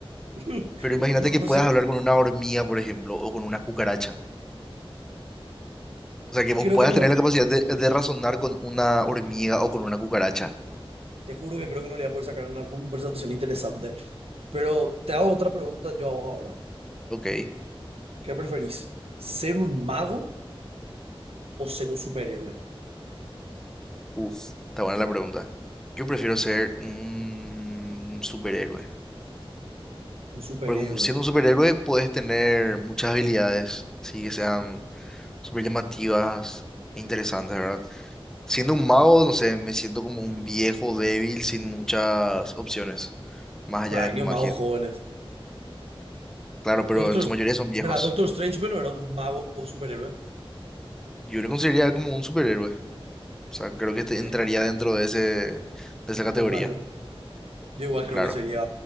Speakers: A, on the right; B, in the centre.
A: <laughs>
B: Pero imagínate
A: No, no,
B: que
A: no
B: puedas
A: sé,
B: hablar con una hormiga, por ejemplo, o con una cucaracha. O sea, que vos
A: creo
B: puedas
A: que no...
B: tener la capacidad de, de razonar con una hormiga o con una cucaracha.
A: Te juro que creo que no le voy a poder sacar una conversación interesante. Pero te hago otra pregunta yo a vos ahora.
B: Ok.
A: ¿Qué preferís? ¿Ser un mago o ser un superhéroe?
B: Uf, está buena la pregunta. Yo prefiero ser un superhéroe.
A: Un superhéroe.
B: Porque un- siendo un superhéroe puedes tener muchas habilidades, así que sean súper llamativas e interesantes, ¿verdad? Siendo un mago, no sé, me siento como un viejo débil sin muchas opciones, más allá
A: Pero hay
B: de mi
A: niños
B: magia.
A: magos jóvenes.
B: Claro, pero
A: Doctor,
B: en su mayoría son viejos.
A: pero Doctor Strange, bueno, era un mago o superhéroe
B: Yo le consideraría como un superhéroe. O sea, creo que te-
A: eh,
B: entraría dentro de ese, de esa categoría,
A: del rango. Yo igual creo
B: claro.
A: que sería,